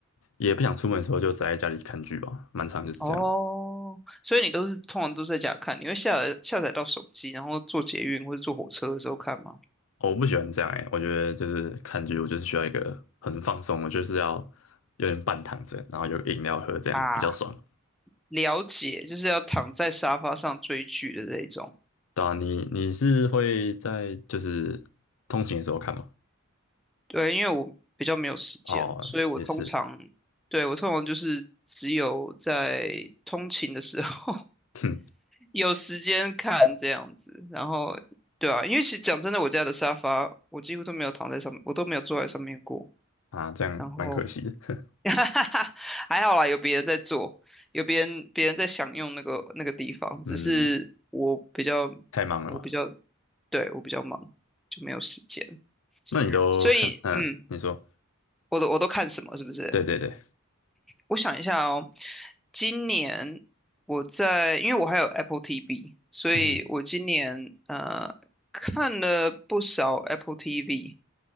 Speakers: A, on the left; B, in the centre.
A: 也不想出门的时候就宅在家里看剧吧，蛮长就是这样。
B: 哦，所以你都是通常都在家看，你会下下载到手机，然后坐捷运或者坐火车的时候看吗？
A: 哦我不喜欢这样哎、我觉得就是看剧，我就是需要一个很放松，我就是要有点半躺着，然后有个饮料喝，这样比较爽。
B: 啊，了解，就是要躺在沙发上追剧的这一种。
A: 对啊，你你是会在就是通勤的时候看吗？
B: 对，因为我比较没有时间，
A: 哦，
B: 所以我通常，
A: 也是，
B: 对，我通常就是只有在通勤的时候，
A: 哼
B: 有时间看这样子，然后对啊，因为其实讲真的，我家的沙发我几乎都没有躺在上面，我都没有坐在上面过。
A: 啊，这样蛮可惜的。
B: 然后
A: <laughs>
B: <laughs> 还好啦，有别人在坐，有别人别人在享用那个那个地方，
A: 嗯，
B: 只是我比较
A: 太忙了嘛。
B: 我比较对我比较忙，就没有时间。
A: 那你都看？
B: 所以嗯，
A: 嗯，你说，
B: 我都我都看什么是不是？
A: 对对对，
B: 我想一下哦，今年我在，因为我还有 Apple TV，所以我今年呃看了不少
A: 嗯，
B: Apple TV，